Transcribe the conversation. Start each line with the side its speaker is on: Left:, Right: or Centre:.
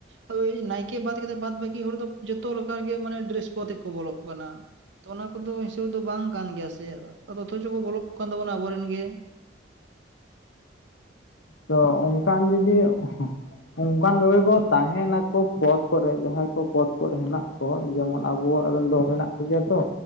Right: ᱦᱳᱭ ᱱᱟᱭᱠᱮ ᱵᱟᱫ ᱠᱟᱛᱮᱫ, ᱵᱟᱫ ᱵᱟᱹᱠᱤ ᱦᱚᱲ ᱫᱚ ᱡᱚᱛᱚ ᱞᱮᱠᱟ ᱜᱮ, ᱢᱟᱱᱮ ᱰᱨᱮᱥ ᱠᱚ ᱟᱛᱮᱜ ᱠᱚ ᱵᱚᱞᱚᱜ ᱠᱟᱱᱟ᱾ ᱛᱚ ᱚᱱᱟ ᱠᱚᱫᱚ ᱦᱤᱥᱟᱹᱵ ᱨᱮᱫᱚ ᱵᱟᱝ ᱠᱟᱱ ᱜᱮᱭᱟ ᱥᱮ, ᱚᱛᱷᱚᱪᱚ ᱠᱚ ᱵᱚᱞᱚᱜ ᱠᱟᱱ ᱛᱟᱵᱚᱱᱟ ᱟᱵᱚᱨᱮᱱ ᱜᱮ᱾
Left: ᱛᱚ ᱚᱝᱠᱟᱱ ᱡᱩᱫᱤ ᱚᱝᱠᱟᱱ ᱠᱚᱜᱮ ᱠᱚ ᱛᱟᱦᱮᱱᱟᱠᱚ, ᱯᱚᱫ ᱠᱚᱨᱮ ᱡᱟᱦᱟᱸᱭ ᱠᱚ ᱯᱚᱫ ᱠᱚᱨᱮ, ᱦᱮᱱᱟᱜ ᱠᱚ ᱡᱮᱢᱚᱱ ᱟᱵᱚᱣᱟᱜ ᱨᱮᱱ ᱫᱚ, ᱢᱮᱱᱟᱜ ᱠᱚᱜᱮᱭᱟ᱾ ᱛᱚ